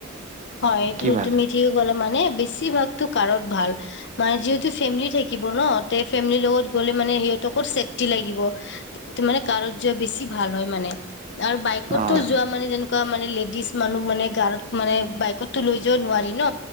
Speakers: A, on the left; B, on the right.
A: হয় এইটো
B: কি ভাল
A: তুমি ঠিকে কলা মানে বেছিভাগতো কাৰত ভাল। মানে যিহেতু ফেমিলি থাকিব ন তে ফেমিলিৰ লগত গ'লে মানে সিহঁত তকো চেফটি লাগিব। টো মানে কাৰোত জোৱা বেছি ভাল হয় মানে আৰু বাইকোত
B: অঁ
A: যোৱা মানে যেনেকুৱা মানে লেডিজ মানুহ মানে গাৰত মানে বাইকতো লৈ যাব নোৱাৰি ন,